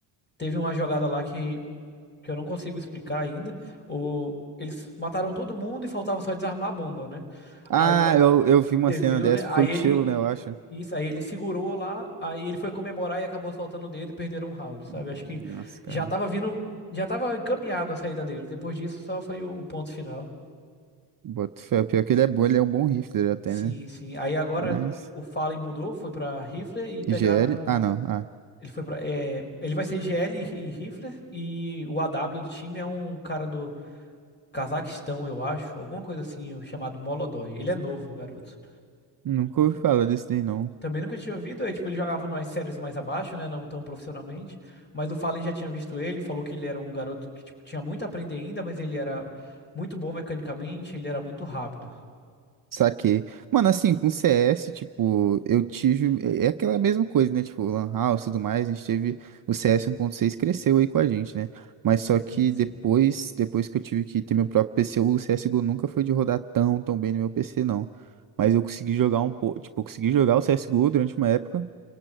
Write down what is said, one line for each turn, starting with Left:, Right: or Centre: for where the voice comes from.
Left: Teve uma jogada lá que, que eu não consigo explicar ainda. O, eles mataram todo mundo e faltava só desarmar a bomba, né?
Right: Ah,
Left: Aí na hora que
Right: eu, eu vi uma
Left: você
Right: cena
Left: viu,
Right: dessa.
Left: né? Aí
Right: Foi o
Left: ele.
Right: Tilo, né, eu acho. Hum,
Left: Isso, aí ele segurou lá, aí ele foi comemorar e acabou soltando o dedo e perderam um round, sabe?
Right: Nossa,
Left: Acho que
Right: cara.
Left: já tava vindo, já tava encaminhado a saída dele. Depois disso, só foi o o ponto final.
Right: Boto fé. Pior é que ele é bom, ele é um bom rifler até,
Left: Sim,
Right: né?
Left: sim. Aí agora
Right: Mas.
Left: o Fallen mudou, foi pra Rifler e pegaram.
Right: IGL? Ah, não. Ah.
Left: Ele foi para ele vai ser GL e Rifler e o AW do time é um cara do Cazaquistão, eu acho, alguma coisa assim, chamado Molodói. Ele é novo, garoto.
Right: Nunca ouvi falar desse daí, não.
Left: Também nunca tinha ouvido, aí, tipo, ele jogava nas séries mais abaixo, né, não tão profissionalmente, mas o Fallen já tinha visto ele, falou que ele era um garoto que, tipo, tinha muito a aprender ainda, mas ele era muito bom mecanicamente, ele era muito rápido.
Right: Saquei. Mano, assim, com CS, tipo, eu tive. É é aquela mesma coisa, né? Tipo, Lan House e tudo mais, a gente teve. O CS 1.6 cresceu aí com a gente, né? Mas só que
Left: Sim, sim.
Right: depois, depois que eu tive que ter meu próprio PC, o CSGO nunca foi de rodar tão, tão bem no meu PC, não. Mas eu consegui jogar um pouco. Tipo, eu consegui jogar o CSGO durante uma época.